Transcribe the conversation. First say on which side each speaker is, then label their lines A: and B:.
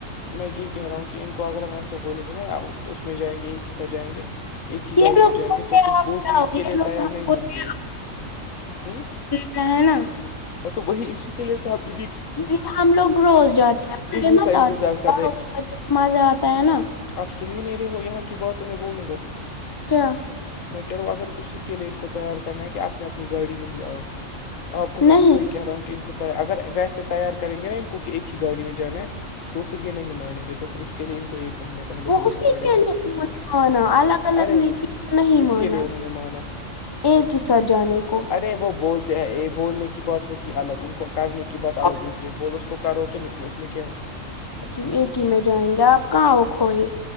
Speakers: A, on the left; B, on the left.
A: میں یہ کہ رہا ہوں کہ ان کو اگر ہم ایسے بولیں گے نا آپ اس میں جائیں گے ایک ہی ساتھ جائیں گے ایک ہی
B: یہ
A: گاڑی
B: لوگ
A: میں جائیں
B: بولتے
A: گے تو
B: ہیں
A: پھر
B: آپ
A: وہ
B: جاؤ
A: چیز کے
B: یہ
A: لیے
B: لوگ
A: تیار
B: ہم
A: نہیں
B: بولتے
A: ہوں گے ہ
B: کیا ہے نا <unintelligible>
A: اور تو وہی اسی کے لیے تو ابی
B: یہ ہم لوگ روز جاتے ہیں
A: انہیں
B: بڑے مت
A: کا انتظار
B: آتے ہے
A: کر
B: بڑوں
A: رہے
B: مزہ آتا ہے نا <unintelligible>
A: آپ سن ہی نہیں رہے ہو یہاں کی بات میں بولوں گا کیا
B: کیا
A: میں کہہ رہا ہوں اگر اسی کے لین کو تیار کرنا ہے کہ آپ نے اپنی گاڑی میں ہی آؤ آپ کو میں
B: نہیں
A: اسی لیے کہہ رہا ہوں کہ ان کو تی اگر ویسے تیار کریں گے نا ان کو کہ ایک ہی گاڑی میں جانا ہے تو پھر یہ نہیں مانیں گے تو پھر اس کے لیے ان کو ایک مہینہ پہلے
B: وہ
A: بولنا
B: اسی
A: پڑے
B: کےے
A: گا
B: مانا
A: ہ
B: الگ الگ
A: ارے
B: کے نہیں
A: کس
B: مانا
A: کے لیے انہوں نے مانا
B: ایک ح سہ جانے کو
A: ارے وہ بولتے بولنے کی بات ہوتی الگ ان کو کرنے کی بات الگ
B: آپ
A: ہوتی ہے بولو اس کو کرو تو نکلو اس میں کیا ہے
B: ایک ہی میں جائیں گے آپ <unintelligible> کاؤ کوئی